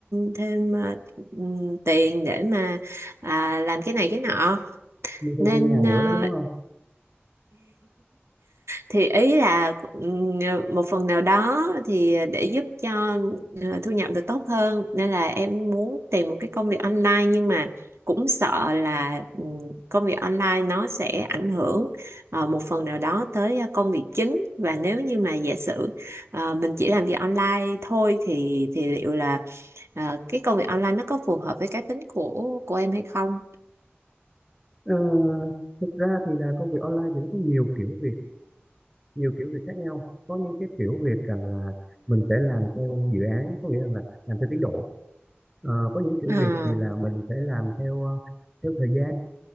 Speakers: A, on the right; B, in the centre.
A: thêm à, ừm, tiền để mà à, làm cái này cái nọ
B: mua thêm
A: nên
B: căn nhà
A: ờ,
B: nữa đó đúng không
A: thì ý là ừm, một phần nào đó thì để giúp cho ờ, thu nhập được tốt hơn nên là em muốn tìm một cái công việc online nhưng mà cũng sợ là ừm, công việc online nó sẽ ảnh hưởng ờ, một phần nào đó tới ờ, công việc chính và nếu như mà giả sử ờ, mình chỉ làm việc online thôi thì thì liệu là ờ, cái công việc online nó có phù hợp với cá tính của của em hay không?
B: Ờ, thực ra thì là công việc online thì nó có nhiều kiểu việc, nhiều kiểu việc khác nhau. Có những cái kiểu việc rằng là mình sẽ làm theo dự án, có nghĩa rằng là làm theo tiến độ. Ờ, có những kiểu
A: À.
B: việc thì là mình sẽ làm theo ờ, theo thời gian.